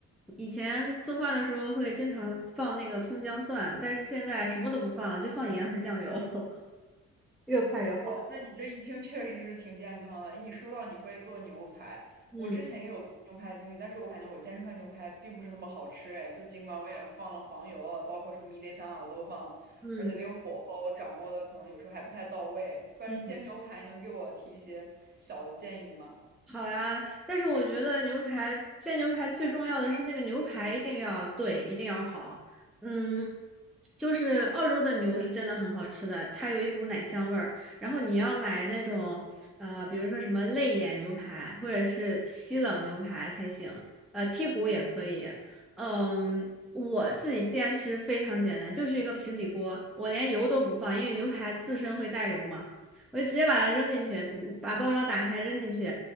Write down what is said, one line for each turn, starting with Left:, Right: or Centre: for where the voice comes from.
Centre: 以前做饭的时候会经常放那个葱姜蒜，但是现在什么都不放了就放盐和酱油，<laughs> 越快越好。
Right: 我，那你这一听确实是挺健康的。你说到你会做牛排，
Centre: 嗯
Right: 我之前也有做牛排经历，但是我感觉我煎出来牛排并不是那么好吃，哎，就尽管我也放了黄油了，包括什么迷迭香啊，我都放了，
Centre: 嗯
Right: 而且那个火候掌握的可能有时候还不太到位。关于煎牛排，
Centre: 嗯。
Right: 能给我提一些小的建议吗？
Centre: 好呀，但是我觉得牛排煎牛排最重要的是那个牛排一定要对，一定要好。嗯，就是澳洲的牛是真的很好吃的，它有一股奶香味儿。然后你要买那种呃，比如说什么肋眼牛排或者是西冷牛排才行，呃，剔骨也可以。嗯，我自己煎其实非常简单，就是一个平底锅，我连油都不放，因为牛排自身会带油嘛。我就直接把它扔进去，嗯把包装打开扔进去，